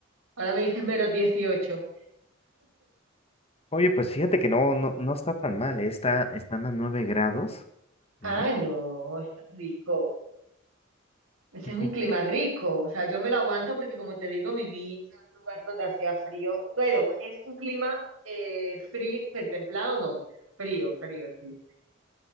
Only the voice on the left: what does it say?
Oye, pues fíjate que no, no, no está tan mal, eh, Está, están a 9 grados, ¿vale?
<laughs>